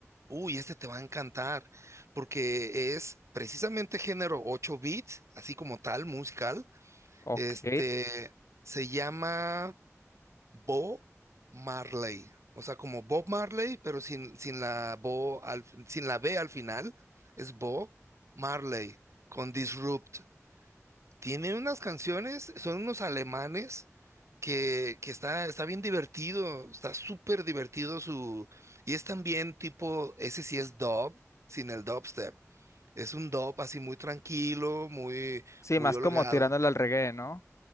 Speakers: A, on the right; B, on the left.
A: uy, este te va a encantar porque es precisamente género 8 bits, así como tal musical,
B: Ok.
A: este se llama Bo Marley. O sea, como Bob Marley, pero sin, sin la Bo al- sin la B al final. Es Bo Marley con Disrupt. Tiene unas canciones, son unos alemanes que, que está, está bien divertido, está súper divertido su... Y es también tipo, ese sí es dub, sin el dubstep. Es un dub así muy tranquilo, muy,
B: Sí,
A: muy
B: más
A: holgado,
B: como tirándole al reggae, ¿no?